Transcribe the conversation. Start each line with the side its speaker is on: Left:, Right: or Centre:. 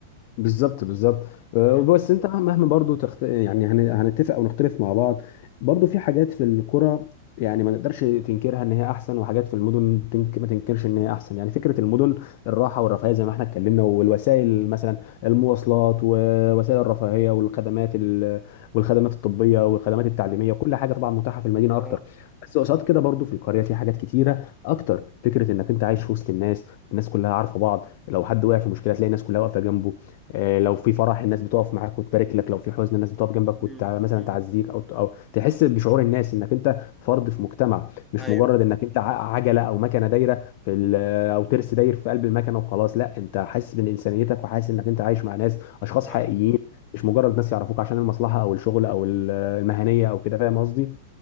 Left: بالظبط بالظبط آه،
Centre: اه
Left: بس انت مهما برضو تخت... يعني هن... هنتفق او نختلف مع بعض برضو في حاجات في الكرة يعني ما نقدرش تنكرها ان هي احسن وحاجات في المدن تنك... ما تنكرش ان هي احسن يعني فكرة المدن الراحة والرفاهية زي ما احنا اتكلمنا والوسائل مثلا المواصلات ووسائل الرفاهية والخدمات ال... والخدمات الطبية والخدمات التعليمية كل حاجة طبعا متاحة في المدينة اكتر
Centre: اه
Left: بس قصاد كده برضو في القرية في حاجات كتيرة اكتر فكرة انك انت عايش في وسط الناس الناس كلها عارفة بعض لو حد وقع في مشكلة تلاقي الناس كلها واقفة جنبه آه، لو في فرح الناس بتقف معاك وتبارك لك لو في حزن الناس بتقف جنبك
Centre: مم،
Left: ومثلا
Centre: مم.
Left: تعزيك او او تحس بشعور الناس انك انت فرد في مجتمع مش
Centre: ايوه
Left: مجرد انك انت ع- عجله او مكنه دايره في ال- او ترس داير في قلب المكنه وخلاص لا انت حاسس من انسانيتك وحاسس انك انت عايش مع ناس اشخاص
Centre: اه
Left: حقيقيين مش مجرد ناس يعرفوك عشان المصلحه او الشغل او ال- المهنيه او كده فاهم قصدي